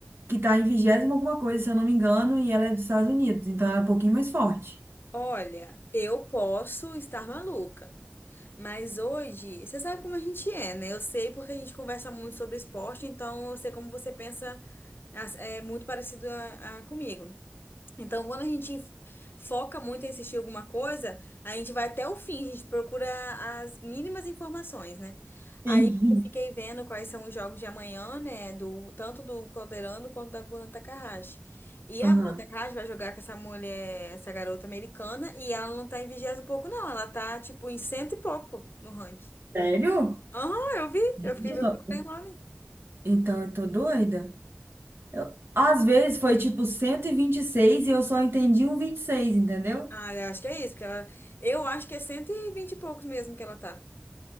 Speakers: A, on the right (about 70°); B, on the left (about 60°).
A: que tá em vigésima alguma coisa, se eu não me engano, e ela é dos Estados Unidos, então ela é um pouquinho mais forte.
B: Olha, eu posso estar maluca. Mas hoje, você sabe como a gente é, né? Eu sei porque a gente conversa muito sobre esporte, então eu sei como você pensa as- é muito parecido a, a comigo. Então, quando a gente foca muito em assistir alguma coisa, a gente vai até o fim, a gente procura as mínimas informações, né? Aí
A: Sim.
B: eu fiquei vendo quais são os jogos de amanhã, né? Do, tanto do Calderano quanto da Bruna Takahashi. E a
A: Aham.
B: Bruna Takahashi vai jogar com essa mulher, essa garota americana, e ela não tá em vigésimo e pouco, não. Ela tá, tipo, em cento e pouco no ranking.
A: Sério?
B: Aham, eu vi.
A: Gente,
B: Eu fiquei, eu
A: eu
B: procurei
A: tô-
B: o nome.
A: Então eu tô doida. Eu- às vezes foi tipo cento e vinte e e seis e eu só entendi um vinte e seis entendeu?
B: Ah, eu acho que é isso, porque ela. Eu acho que é cento e vinte e poucos mesmo que ela tá.